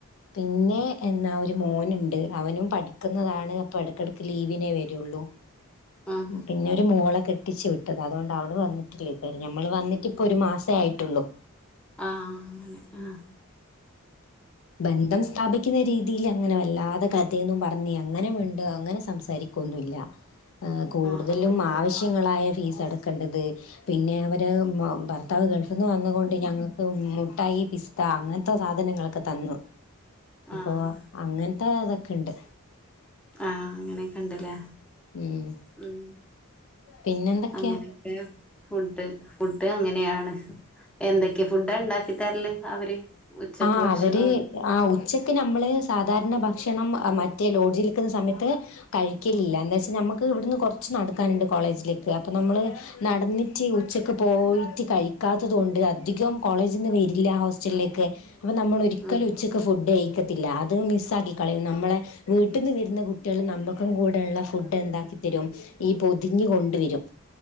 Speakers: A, on the left; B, in the centre.
A: പിന്നെ എന്നാ ഒരു മോനുണ്ട് അവനും പഠിക്കുന്നതാണ് ഇപ്പ ഇടക്കിടക്ക് ലീവിനേ വരുള്ളൂ
B: ആഹ്
A: പിന്നെരു മോളകെട്ടി കേട്ടിച്ചു വിട്ടത് അതുകൊണ്ട് അവള് വന്നിട്ടില്ലേ ഇത ഞമ്മൾ വന്നിട്ട്
B: ഉം
A: ഇപ്പൊ ഒരു മാസേ ആയിട്ടുള്ളു
B: ആഹ് അങ്ങനെ ആഹ
A: ബന്ധം സ്ഥാപിക്കുന്ന രീതിൽ അങ്ങനെ വല്ലാതെ കഥയന്നും പറഞ്ഞഞ് അങ്ങനെ വണ്ട് അങ്ങനെ സംസാരിക്കും ന്നല്ല കൂടുതലും
B: ആഹ് ആഹ്
A: ആവശ്യങ്ങളായ ഫീസ് എടുക്കേണ്ടത് പിന്നെ അവര് ഭർത്താവ് ഗൾഫിൽ നിന്ന് വന്നുകൊണ്ട് ഞങ്ങൾക്ക് മുട്ടായി ഈ പിസ്ത അങ്ങനത്തെ സാധനങ്ങൾക്കെ ഒക്കെ തന്നു അപ്പൊ
B: ആഹ്
A: അങ്ങനത്തെ ഇതൊക്കെ ഇണ്ട്
B: ആഹ് അങ്ങനെയൊക്കെ ഇണ്ടല്ലേ
A: ഉം
B: ഉം
A: പിന്നെന്തൊക്കെയാ
B: അങ്ങനെയൊക്കെ ഫുഡ് ഫുഡ് അങ്ങനെയാണ് എന്തൊക്കെയ ഫുഡ ഉണ്ടാക്കി തരല് അവര് ഉച്ചക്ക്
A: ആഹ്
B: ഭക്ഷണം
A: അവര്
B: അത്
A: ആ ഉച്ച ക്ക്‌ നമ്മള് സാധാരണ ഭക്ഷണം മറ്റേ ലോഡ്ജിൽ നിൽക്കുന്ന സമയത്ത് കഴിക്കലില്ല എാ വെച്ചാൽ നമുക്ക് ഇവിടുന്ന് കുറച്ച് നടക്കാനുണ്ട് കോളേജിലേക്ക് അപ്പോൾ നമ്മള് നടന്നിട്ട് ഉച്ചക്ക് പോയിട്ട് കഴിക്കാത്തത് കൊണ്ട് അധികം കോളേജിൽന്ന് വരില്ല ഹോസ്റ്റലിലേക്ക് അപ്പൊ നമ്മൊ ഒരിക്കലും
B: ഉം
A: ഉച്ചക്ക് ഫുഡ് കഴും ത്തില്ല അത് മിസ് ആക്കിക്കളും നമ്മളെ വീട്ടിൽ നിന്ന് വരുന്ന കുട്ടികൾ നമ്മുക്കും കൂടെയള്ള ഫുഡ് എന്തി ഈ പൊതിഞ് കൊണ്ട വരും